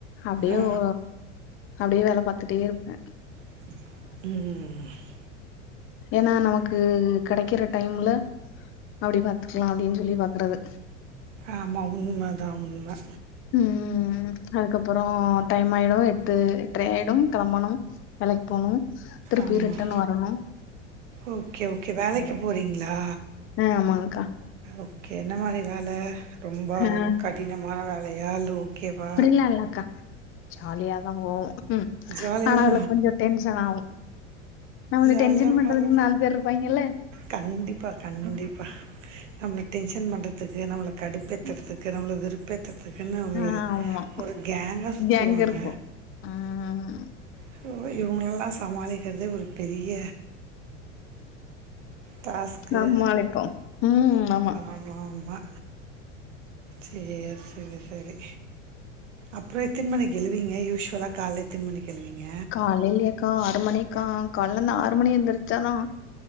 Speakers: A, on the left; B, on the right.
A: அப்டியே
B: ஆ
A: ஓ அப்டியே வேல பாத்துட்டே இருப்பே
B: ம் ம்
A: ஏனா நமக்கு கெடைக்கிற டைம்ல அப்டி பாத்துக்கலா அப்டின் சொல்லி பாக்றது
B: ஆமா உண்ம தா உண்ம
A: ம் அதுக்கப்பறோ டைம் ஆயிடு எட்டு எட்ரை ஆயிடும் கெளம்பணும் வேலைக்கு போணும் திருப்பி
B: ஆமாம்
A: ரிட்டன் வரணும்
B: ஓகே ஓகே வேலைக்கு போறீங்ளா
A: ஆ ஆமாங்க்கா
B: ஓகே என்ன மாரி வேல ரொம்ப
A: ஆ
B: கடினமான வேலையா இல்ல ஓகேவா
A: ஆ இல்லக்கா ஜாலியாதா போவோ
B: ஜாலியா
A: ஆனா
B: தா
A: அதுல கொஞ்ச டென்ஷன் ஆவு நம்மள
B: ஜாலியா
A: டென்ஷன் பண்றதுக்குன்
B: போறவ
A: நாலு பேர் இருப்பாங்கெல்ல
B: கண்டிப்பா கண்டிப்பா நம்மள டென்ஷன் பண்றத்துக்கு நம்மள கடுப்பேத் த்தற்துக்கு நம்மள வெருப்பேத்தற்துக்குன்னு ஒரு
A: ஆ ஆமா
B: ஒரு கேங்கா சுத்துவாங்க
A: கேங் இருப்போ ம்
B: இப்போ இவ்ங்களெல்லா சமாளிக்கிறதே ஒரு பெரிய டாஸ்க்கு
A: சமாளிப்போ ம் ஆமா
B: ஆமாம்மா சேரி சேரி செரி அப்ற எத்தன மணிக்கு எழுவீங்க யூஸ்வலா கால்ல எத்தன மணிக்கு எழுவீங்க
A: காலைலயாக்கா ஆறு மணிக்கா கால்லருந்து ஆறு மணி எந்திருச்சாதா